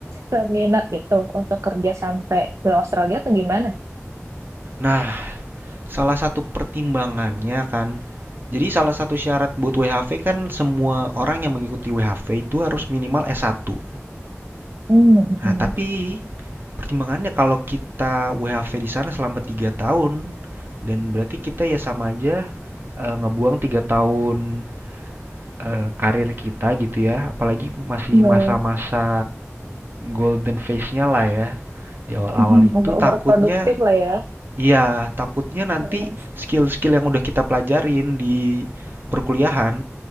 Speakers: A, on the right; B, on the right.
A: seminat itu untuk kerja sampai ke Australia atau gimana
B: nah, salah satu pertimbangannya kan, jadi salah satu syarat buat WHV kan semua orang yang mengikuti WHV itu harus minimal S1.
A: Mm,
B: Nah,
A: mm,
B: tapi pertimbangannya kalau kita WHV di sana selama tiga tahun dan berarti kita ya sama aja eh, ngebuang tiga tahun eh, karir kita gitu ya, apalagi masih
A: Iya,
B: masa-masa golden phase-nya lah ya di awal-awal
A: mm,
B: itu
A: umur-umur
B: takutnya
A: produktif lah ya
B: ya takutnya nanti
A: Mm-mm.
B: skill-skill yang udah kita pelajarin di perkuliahan